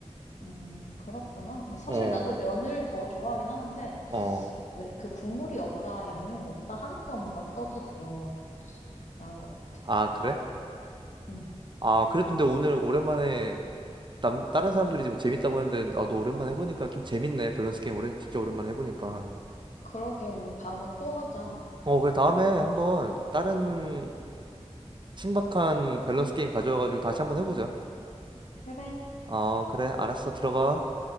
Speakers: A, on the left (about 80°); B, on the right (about 40°).
A: 음, 그렇구나. 근데 사실
B: 어,
A: 나도 면을 더 좋아하긴 하는데,
B: 어.
A: 왜- 그 국물이 없다, 양념이 없다 하니까 뭔가 떡이 더 나은 것 같아.
B: 아, 그래?
A: 응.
B: 아, 그래도 근데 오늘 오랜만에 남, 다른 사람들이 뭐 재밌다고 했는데 나도 오랜만에 해보니까 좀 재밌네. 밸런스 게임 오랜 진짜 오랜만에 해보니까.
A: 그러게, 우리 다음에 또 하자.
B: 어 그래 다음에 한번 다른 신박한 밸런스 게임 가져와가지고 다시 한번 해보자.
A: 그래.
B: 어 그래 알았어 들어가.